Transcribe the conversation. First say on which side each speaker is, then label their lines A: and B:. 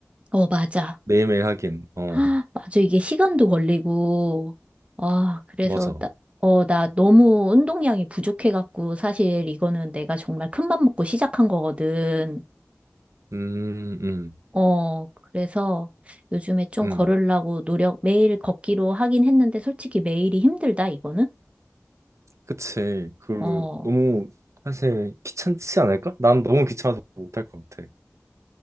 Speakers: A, on the right (about 25°); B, on the right (about 80°).
A: 어, 맞아.
B: 매일매일 하긴. 어,
A: 아, 맞아. 이게 시간도 걸리고, 아, 그래서
B: 맞아.
A: 나, 어, 나 너무 운동량이 부족해갖고, 사실 이거는 내가 정말 큰맘 먹고 시작한 거거든.
B: 음, 음,
A: 어, 그래서 요즘에 좀
B: 음.
A: 걸으려고 노력, 매일 걷기로 하긴 했는데, 솔직히 매일이 힘들다, 이거는.
B: 그치. 그
A: 어,
B: 너무 사실 귀찮지 않을까? 난 너무 귀찮아서 못할 것 같아.